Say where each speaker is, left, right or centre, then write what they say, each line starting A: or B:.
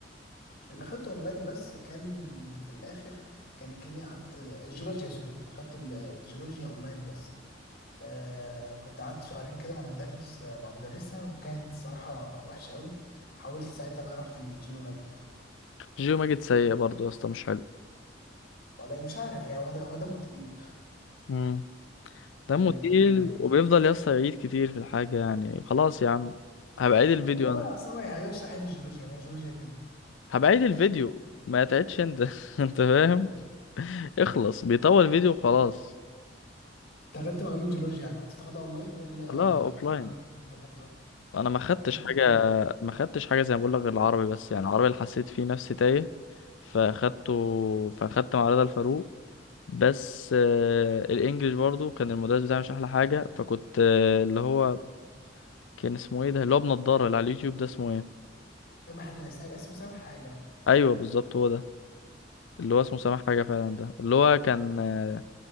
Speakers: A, on the left; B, on the left.
A: اللي اخدته اونلاين بس كان في الاخر كان الكيمياء قعدت الجيولوجيا سوري اخدت ال- الجيولوجيا اونلاين بس آه كنت قعدت شهرين كده مع مدرس آه، مع مدرسة وكانت صراحة وحشة قوي حاولت ساعتها بقى رحت للجيو ماجد
B: جيو ماجد سيء برضه يا اسطى مش حلو
A: والله مش عارف يعني هو ده هو دمه تقيل
B: امم دمه
A: آه لكن
B: تقيل
A: آه يعني
B: وبيفضل يا اسطى يعيد كتير في الحاجه يعني خلاص يا عم هبقى عيد الفيديو
A: ما هو
B: انا
A: أصل هو يعني هيشرح ايه في الجيولوجيا ما هي الجيولوجيا كده
B: هبقى عيد الفيديو ما تعيدش انت <laughs> انت فاهم اخلص بيطول فيديو خلاص
A: انت اخدت مع مين جيولوجيا يعني، كنت تاخدها اونلاين ولا
B: لا اوف لاين
A: عندك في المحافظة؟
B: انا ما خدتش
A: اخدت
B: حاجه
A: مع مين؟
B: ما خدتش حاجه زي ما بقول لك غير العربي بس يعني العربي اللي حسيت فيه نفسي تايه فاخدته فاخدت مع رضا الفاروق بس آه، الانجليش برضو كان المدرس بتاعي مش احلى حاجه فكنت آه، اللي هو كان اسمه ايه ده اللي هو بنضاره اللي على اليوتيوب ده اسمه ايه
A: سامح سامح اسمه سامح حاجة
B: ايوه بالظبط هو ده اللي هو اسمه سامح حاجه فعلا ده اللي هو كان آه،